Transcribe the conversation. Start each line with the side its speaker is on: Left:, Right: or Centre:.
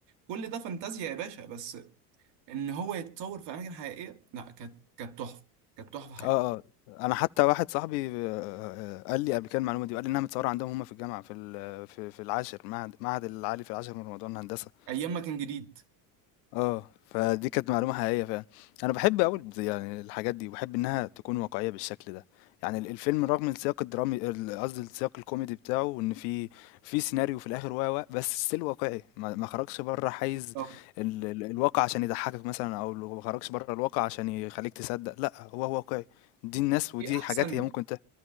Right: كل ده فانتازيا يا باشا بس ان هو يتصور في اماكن حقيقيه لا كانت كانت تحفه كانت تحفه حقيقيه
Left: اه اه انا حتى واحد صاحبي آه، آه، قال لي قبل كده المعلومه دي وقال لي انها متصوره عندهم هم في الجامعه في ال- في في العاشر معهد معهد العالي في العاشر من رمضان هندسه
Right: ايام ما كان جديد
Left: آه، فدي كانت معلومة حقيقية فعلًا. أنا باحب أوي البز يعني الحاجات دي، وباحب إنها تكون واقعية بالشكل ده. يعني ال الفيلم رغم السياق الدرامي ال قصدي السياق الكوميدي بتاعه وإن في في سيناريو في الآخر و، و، بس still واقعي، ما ما خرجش برّه حيز
Right: طب
Left: ال ال الواقع عشان يضحّكك مثلًا أو ال ما خرجش برّه الواقع عشان يخلّيك تصدّق، لأ، هو واقعي. دي الناس ودي
Right: ايه احسن
Left: حاجات هي ممكن ت